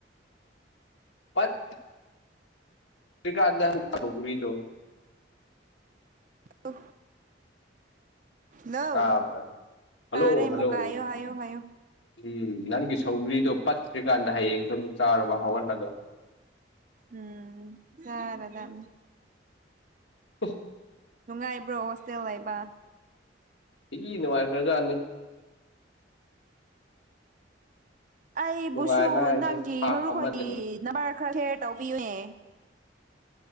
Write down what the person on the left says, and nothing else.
ꯄꯠ ꯀꯀꯥꯔꯗ ꯁꯒꯕꯤꯗꯣ
ꯇꯥꯕ꯭ꯔꯥ
ꯍꯜꯂꯣ
ꯍꯜꯂꯣ
ꯎꯝ ꯅꯪꯒꯤ ꯁꯧꯒ꯭ꯔꯤꯗꯣ ꯄꯠꯇ꯭ꯔꯤꯀꯥꯟꯗ ꯍꯌꯦꯡ ꯁꯨꯝ ꯆꯥꯔꯒ ꯍꯧꯍꯜꯂꯒ
ꯎ
ꯏ ꯅꯨꯡꯉꯥꯏꯈ꯭ꯔꯖꯥꯅꯤ
ꯅꯨꯡꯉꯥꯏꯕ ꯍꯥꯏꯁꯦ
ꯊꯥꯛ
ꯑꯃꯗꯅꯤ